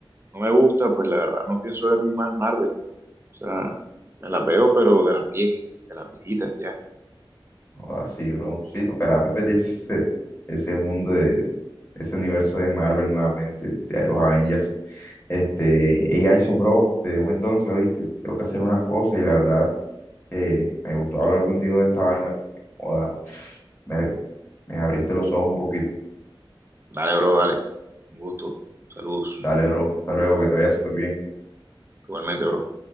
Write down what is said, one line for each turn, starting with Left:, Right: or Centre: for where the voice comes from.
Right: no me gusta, pues la verdad no pienso ver más Marvel. O sea, me las veo, pero de las viejas, de las viejitas ya.
Left: O así, bro. Sí, tocará repetirse ese, ese mundo de ese universo de Marvel nuevamente, de los Avengers. Este, hey, Jason, bro, te dejo entonces, ¿oíste? Tengo que hacer unas cosas y la verdad eh, me gustó hablar contigo de esta vaina porque, joda, me, me abriste los ojos un poquito.
Right: Dale, bro, dale. Un gusto. Saludos.
Left: Dale, bro. Hasta luego, que te vaya súper bien.
Right: Igualmente, bro.